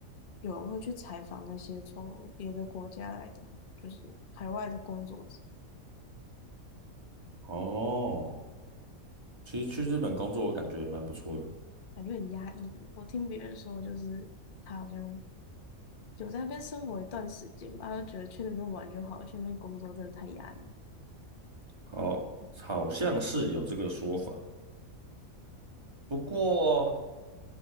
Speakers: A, on the left (about 40°); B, on the right (about 20°).
A: 有人会去采访那些从别的国家来的，就是海外的工作者，
B: 哦，其实去日本工作，我感觉也蛮不错的。
A: 感觉很压抑耶我听别人说，就是他好像有在那边生活一段时间吧，他就觉得去那边玩就好了，去那边工作真的太压抑。
B: 好，好像是有这个说法。不过，